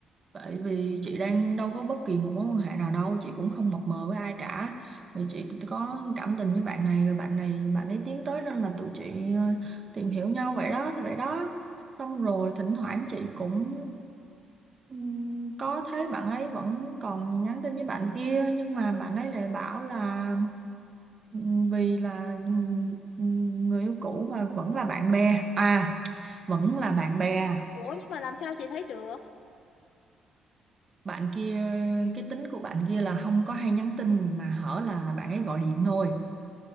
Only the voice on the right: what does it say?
Tại vì chị đang đâu có bất kỳ một mối quan hệ nào đâu, chị cũng không mập mờ với ai cả. Rồi chị có cảm tình với bạn này, rồi bạn này, bạn ấy tiến tới nên là tụi chị ờ, tìm hiểu nhau vậy đó, vậy đó. Xong rồi thỉnh thoảng chị cũng ừm, có thấy bạn ấy vẫn còn nhắn tin với bạn kia, nhưng mà bạn ấy lại bảo là ừm, vì là ừm, ừm, người yêu cũ và vẫn là bạn bè, à vẫn là bạn bè.
bạn kia cái tính của bạn kia là không có hay nhắn tin mà hở là bạn ấy gọi điện thôi